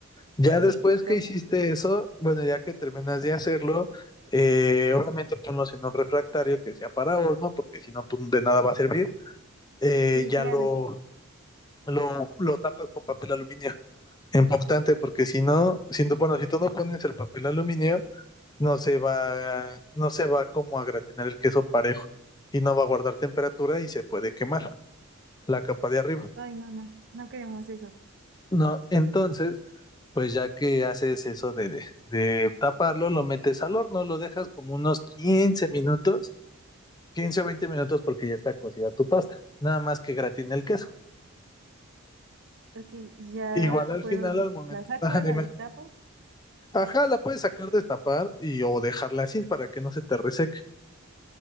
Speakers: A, on the left; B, on the right.
A: Ya
B: Sí,
A: después
B: por capa.
A: que hiciste eso, bueno, ya que terminas de hacerlo, eh, obviamente ponlos en un refractario que sea para horno, porque si no, pues de nada va a servir. Eh,
B: Sí,
A: ya
B: claro.
A: lo, lo, lo tapas con papel aluminio importante, porque si no, si no, bueno, si tú no pones el papel aluminio, no se va, no se va como a gratinar el queso parejo y no va a guardar temperatura
B: Ok.
A: y se puede quemar la capa de arriba.
B: Ay, no, no. No queremos eso.
A: No, entonces, pues ya que haces eso de, de taparlo, lo metes al horno, lo dejas como unos quince minutos, 15 o 20 minutos porque ya está cocida tu pasta, nada más que gratine el queso.
B: Ok, y ya
A: Igual al
B: puedo,
A: final, al momento,
B: la saco,
A: <laughs> ah,
B: la
A: dime,
B: destapo.
A: ajá, la puedes sacar, destapar y o dejarla así para que no se te reseque.